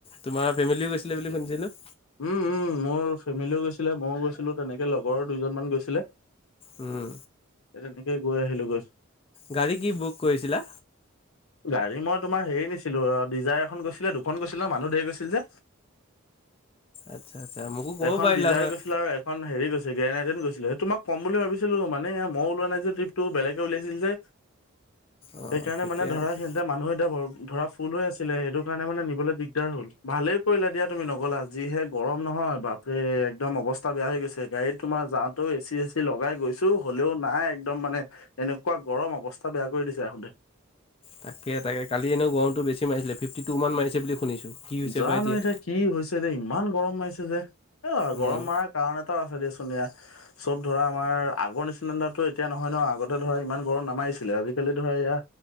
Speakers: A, on the left (about 25°); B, on the left (about 80°).
A: তোমাৰ ফেমেলিও গৈছিলে বুলি শুনিছিলো।
B: উম', উম', মোৰ ফেমেলিও গৈছিলে। ময়ো গৈছিলোঁ, তেনেকে লগৰৰ দুজন মান গৈছিলে।
A: উম্।
B: এ তেনেকে গৈ আহিলোঁ গৈ।
A: গাড়ী কি বুক কৰিছিলা।
B: গাড়ী মই তোমাৰ হেৰি নিছিলো। অ' ডিজাৰ এখন গৈছিলে, দুখন গৈছিলে ন। মানুহ ধেৰ গৈছিল যে।
A: আচ্ছা। আচ্ছা মোকো ক'ব
B: এখন
A: পাৰিলা
B: ডিজাৰ
A: হয়
B: গৈছিল। আৰু এখন হেৰি গৈছিল গেৰেনা গৈছিলে, সেই তোমাক ক'ম বুলি ভাবিছিলোঁ। মানে মই ওলোৱা নাই যে ট্ৰিপটো, বেলেগে উলিয়াইছিলে যে।
A: অঁ
B: সেইকাৰণে
A: ঠিকে
B: মানে ধৰা,
A: আছে
B: সিহঁতে মানুহ এতিয়া বৰ ধৰা ফুল হৈ আছিলে, সেইটো কাৰণে মানে নিবলৈ দিগদাৰ হ'ল। ভালেই কৰিলা দিয়া তুমি নগ'লা, যিহে গৰম নহয়। বাপৰে, একদম অৱস্থা বেয়া হৈ গৈছে। গাড়ীত তোমাৰ যাওঁতেও এ চি চেচি লগাই গৈছো, হ'লেও নাই। একদম মানে, এনেকুৱা গৰম। অৱস্থা বেয়া কৰি দিছে আহোতে।
A: তাকে তাকে, কালি এনেও গৰমটো বেছি মাৰিছিলে। ফিফটি টু মান মাৰিছে বুলি শুনিছোঁ। কি হৈছে
B: জানো
A: বা এতিয়া।
B: কি হৈছে এতিয়া ইমান গৰম মাৰিছে যে এ
A: উম।
B: গৰম মৰাৰ কাৰণেতো আছে চব ধৰা আমাৰ আগৰ চেণ্ডাৰো এতিয়া নহয় ন আগতে ধৰা ইমান গৰম নামাৰিছিলে। আজিকালি ধৰা এযথয়া